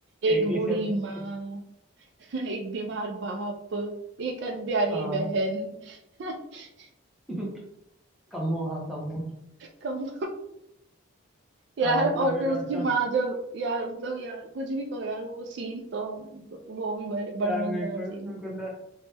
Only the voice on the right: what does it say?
एक
बूढ़ी
माँ
<laughs> एक बीमार बाप एक अनब्याही
बहन <laughs>
कम यार
और
फिर
उसकी
माँ जब यार मतलब यार कुछ भी कहो यार वो सीन तो वो भी बड़े- बड़ा
मजेदार
सीन